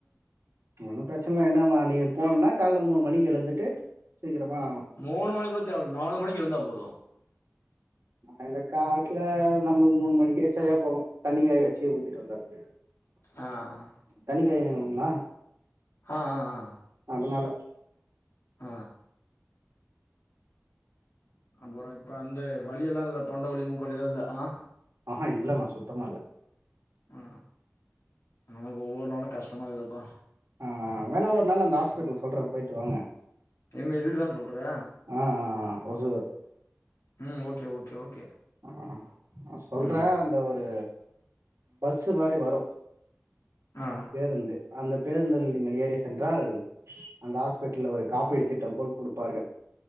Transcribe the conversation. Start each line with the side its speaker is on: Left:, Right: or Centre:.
Right: ஒன்னு பிரச்சன இல்ல என்னம்மா நீங் போனும்னா கால்ல மூணு மணிக்கு எழுந்துட்டு சீக்கிரமா
Left: மூணு மணி கூட தேவல்ல நாலு மணிக் எழுந்தா போது
Right: அந்த காட்ல நம்மள மூணு மணிக்கே சரியா போகு தண்ணிக்காய வச்சு ஊத்திட்டு வந்தரது <unintelligible>
Left: ஆ அ
Right: தண்ணிக்காய வெக்கணுமா
Left: ஆ அ
Right: அத்னால
Left: ஆ அப்றொ இப்ப அந்த வலியெல்லா இல்ல தொண்ட வலி மூக்கு வலிலா இல்ல அ
Right: ஆ ஹா இல்லணா சுத்தமா இல்ல
Left: ஆ ஆ ஒவ்வொரு நாளு கஷ்டமா இருக்குதப்பா
Right: ஆ வேணா ஒரு நாள் அந்த ஹாஸ்பிடல் சொல்ற போயிட்டு வாங்க
Left: எங்க இதுக்குதான் சொல்ற
Right: ஆ ஆ ஆ ஒசு
Left: ம் ஓகே ஓகே ஓகே
Right: ஆ நா சொல்ற
Left: ம்
Right: அந்த ஒரு பஸ்சு மாரி வரு
Left: ஆ
Right: பேருந்து அந்த பேருந்தில் நீங்கள் ஏறி சென்றால் அந்த ஹாஸ்பிடல்ல ஒரு காப்பிடு திட்டம் போல் குடுப்பார்கள்